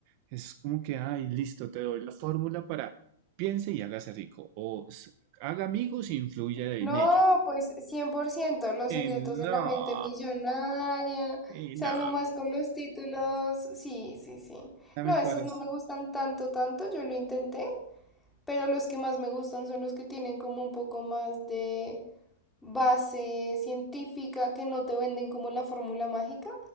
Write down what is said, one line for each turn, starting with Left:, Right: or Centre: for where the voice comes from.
Right: es como que, ay, listo, te doy la fórmula para piense y hágase rico, o s- haga amigos e influya en
Centre: no,
Right: ellos.
Centre: pues 100%, los
Right: Eh,
Centre: secretos de
Right: no,
Centre: la mente millonaria. O
Right: sí,
Centre: sea,
Right: no,
Centre: nomás con los títulos. Sí, sí, sí.
Right: ya me
Centre: No,
Right: parece.
Centre: esos no me gustan tanto, tanto. Yo lo intenté, pero los que más me gustan son los que tienen como un poco más de base científica que no te venden como la fórmula mágica,